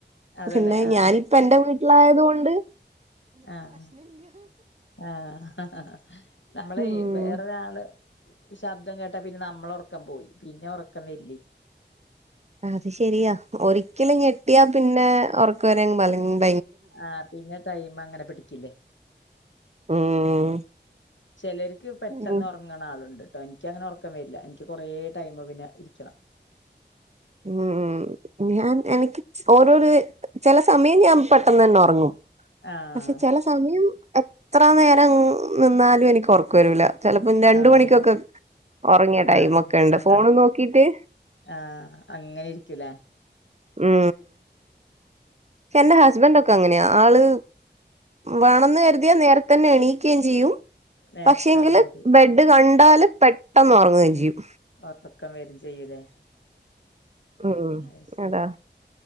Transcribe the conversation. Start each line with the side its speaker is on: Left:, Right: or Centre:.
Left: അതല്ലേ
Right: പിന്നെ
Left: ആ
Right: ഞാനിപ്പ എന്റെ വീ വീട്ടിലായതുകൊണ്ട്
Left: ആഹ് ആഹ് ആഹ് നമ്മളെ
Right: ഉം
Left: വെ ഒരാള് ശബ്ദം കേട്ടാ പിന്നെ നമ്മളെ ഒർക്കം പോയി പിന്നെ ഒർക്കം വര്ല്ലെ
Right: അത് ശെരിയാ ഒരിക്കല് ഞ്ഞെട്ടിയാ പിന്നെ ഒർക്കം <unintelligible>
Left: ആഹ പിന്നെ ടൈം അങ്ങനെ പിടിക്കില്ലേ
Right: ഉം
Left: ചിലർക്ക് പെട്ടെന്ന്
Right: ഉം
Left: ഉറങ്ങണ് ആളുണ്ട് എനിക്കങ്ങനെ ഉറക്കം വരില്ല എനിക്ക് കുറേ ടൈം പിന്നെ ഇരിക്കണം
Right: ഉം ഉം ഞാൻ എനിക്ക് ഓരോരു ചില സമയം ഞാൻ പെട്ടെന്ന് തന്നെ ഉറങ്ങും
Left: ആഹ്
Right: പക്ഷെ ചില സമയം എത്ര നേരം നിന്നാലും എനിക്ക് ഉറക്കം വരൂല്ല ചിലപ്പോം രണ്ട്
Left: ആഹ്
Right: മണിക്കൊക്കെ ഉറങ്ങിയ ടൈമൊക്കെ
Left: ആഹ്
Right: ഉണ്ട്
Left: ആഹ്
Right: ഫോൺ നോക്കിട്ട്
Left: ആഹ് അങ്ങനെ ഇരിക്കൂല്ലേ
Right: ഉം എന്റെ ഹസ്ബന്റ് ഒ അങ്ങനെയ ആള് വേണന്ന് കരുതിയാൽ നേരത്തെ തന്നെ എണീക്കുകയും ചെയ്യും
Left: നേരത്തെ
Right: പക്ഷെങ്കില്
Left: ഉറങ്ങും ചെയ്യും
Right: ബെഡ് ക ണ്ടാല് പെട്ടെന്ന് ഒറങ്ങുകയും ചെയ്യും.
Left: ഒറക്കം വരും ചെയ്യുലേ.
Right: ഉം
Left: അത് ശരി.
Right: അതാ